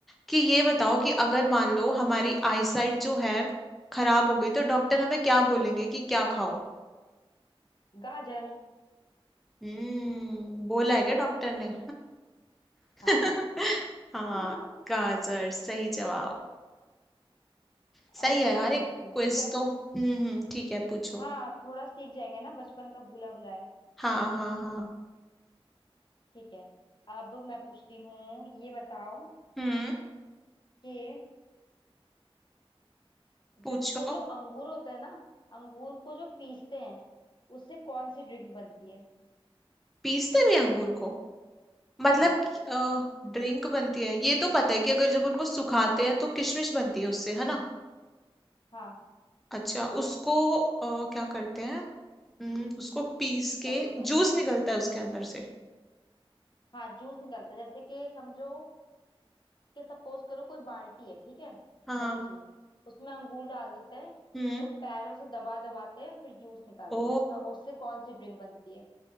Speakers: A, in the centre; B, on the left.
A: कि ये बताओ कि अगर मान लो हमारी आईसाइट जो है खराब हो गई तो डॉक्टर हमें क्या बोलेंगे कि क्या खाओ
B: गाजर
A: हम्म बोला है क्या डॉक्टर ने <laughs>
B: हाँ
A: हाँ
B: <laughs>
A: गाजर सही जवाब सही
B: अब
A: है
B: मैं
A: यार
B: पूछती
A: एक
B: हूँ
A: क्विज
B: ठीक है
A: तो हम्म हम्म ठीक है पूछो
B: हाँ थोड़ा सीख जाएंगे ना बचपन का भूला भुलाया
A: हाँ हाँ हाँ
B: ठीक है अब मैं पूछती हूँ ये बताओ
A: हम्म
B: कि
A: पूछो
B: जब वो जो अंगूर होता है ना अंगूर को जो पीसते हैं उससे कौन सी ड्रिंक बनती है
A: पीसते भी अंगूर को मतलब
B: हाँ
A: ड्रिंक बनती है ये तो पता है कि अगर जब उनको सुखाते हैं तो किशमिश बनती है उससे है ना
B: हाँ
A: अच्छा उसको अ, क्या करते हैं हम्म, उसको पीस के
B: करो करो
A: जूस निकलता है उसके अंदर से
B: हाँ जूस निकलता है जैसे कि समझो कि सपोज करो कोई बाल्टी है ठीक है
A: हाँ
B: बड़ी सी उसमें अंगूर डाल देते हैं
A: हम्म
B: लोग पैरों से दबा दबाते हैं फिर जूस निकालते
A: ओ
B: हैं उसका और उससे कौन सी ड्रिंक बनती है